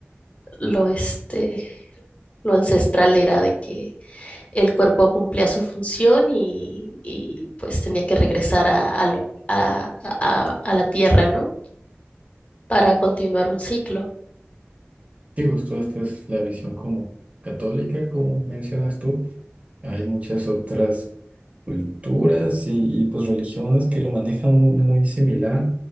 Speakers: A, on the left; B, on the right.
A: lo este Lo ancestral era de que el cuerpo cumplía su función y, y, pues tenía que regresar a, a, lo- a- a- a la tierra, ¿no? Para continuar un ciclo.
B: Digo, esto, esta es la visión como católica, como mencionas tú. Hay muchas otras. culturas y, y, pues religiones que lo manejan muy, muy similar.